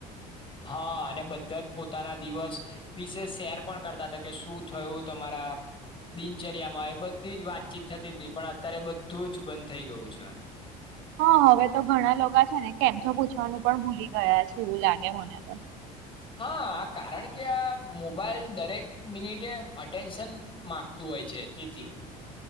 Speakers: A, on the left; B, on the right.
A: હા અને બધા જ પોતાના દિવસ વિશે શેર પણ કરતા હતા કે શું થયું તમારા દિનચર્યામાં એ બધી જ વાતચીત થતી હતી પણ અત્યારે બધું જ બંધ થઈ ગયું છે
B: હા હવે તો ઘણા લોકો છે ને કેમ છો પૂછવાનું પણ ભૂલી ગયા છે એવું લાગે મને તો
A: હા કારણ કે આ મોબાઈલ દરેક મિનિટે અટેન્શન મામાંગતું હોય છે તેથી